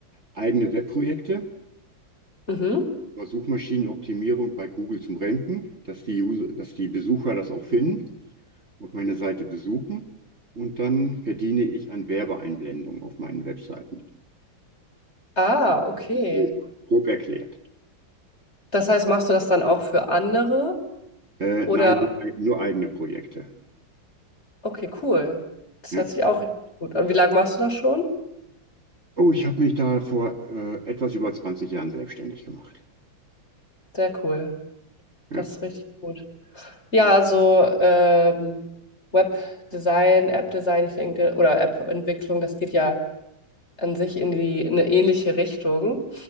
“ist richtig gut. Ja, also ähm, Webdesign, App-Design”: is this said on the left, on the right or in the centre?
Left